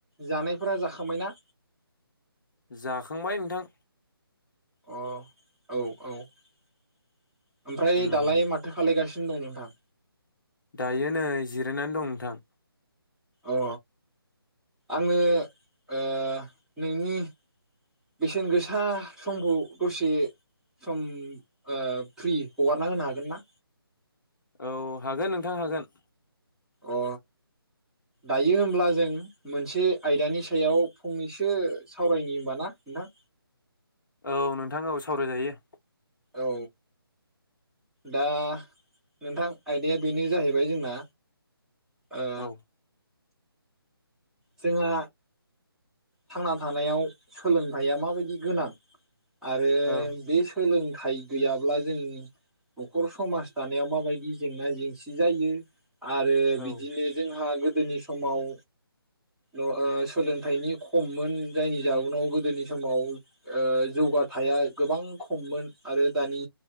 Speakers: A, in the centre; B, on the left (about 55°).
A: जानायफोरा जाखांबायना?
B: जाखांबाय नोंथां।
A: अ औ औ ओमफ्राय
B: उम
A: दालाय माथो खालायगासि नो दं नोंथां?
B: दायो नै जिरायनानै दं नोंथां।
A: अ जोङो ओ नोंनि बेसेन गोसा समखौ दसे सम ओ फ्रि हगारना होनो हागोन ना?
B: औ हागोन नोंथां हागोन।
A: अ दायो होनब्ला जों मोनसे आयदानि सायाव फंनैसो सावरायनि होनबा ना नोंथां।
B: औ नोंथां औ सावरायजायो।
A: औ दा नोंथां आयदाया बेनो जाहैबाय जोंना ओ
B: औ
A: जोंहा थांना थानायाव सोलोंथाइया माबायदि गोनां आरो
B: ओ
A: बे सोलों थाय गैयाब्ला जों न'खर समाज दानायाव माबायदि जेंना जेंसि जायो। आरो
B: औ
A: बिदिनो जोंहा गो दोनि समाव ओ सोलोंथाइनि खममोन जायनि जाउनाव गोदोनि समाव ओ जौगाथाइया गोबां खममोन आरो दानि